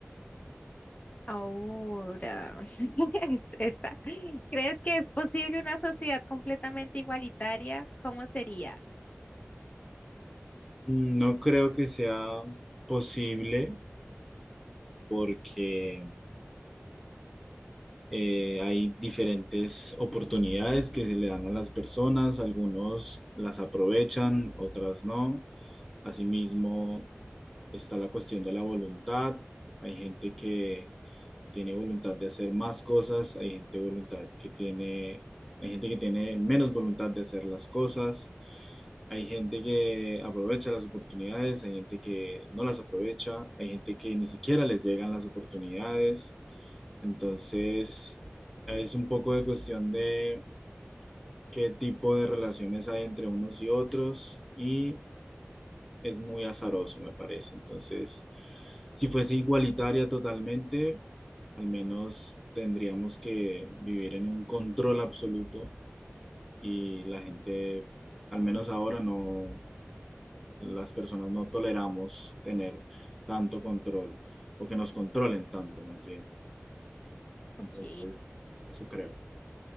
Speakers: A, on the left (about 30°); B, in the centre.
A: ahora, <laughs> es- esta. ¿Crees que es posible una sociedad completamente igualitaria? ¿Cómo sería?
B: No creo que sea posible porque eh, hay diferentes oportunidades que se le dan a las personas. Algunos las aprovechan, otras no. Asimismo, está la cuestión de la voluntad. Hay gente que tiene voluntad de hacer más cosas, hay gente voluntad que tiene, hay gente que tiene menos voluntad de hacer las cosas. Hay gente que aprovecha las oportunidades, hay gente que no las aprovecha, hay gente que ni siquiera les llegan las oportunidades. Entonces, es un poco de cuestión de qué tipo de relaciones hay entre unos y otros y es muy azaroso, me parece. Entonces, si fuese igualitaria totalmente, al menos tendríamos que vivir en un control absoluto y la gente, al menos ahora, no las personas no toleramos tener tanto control o que nos controlen tanto más bien.
A: Ok,
B: Entonces, eso creo.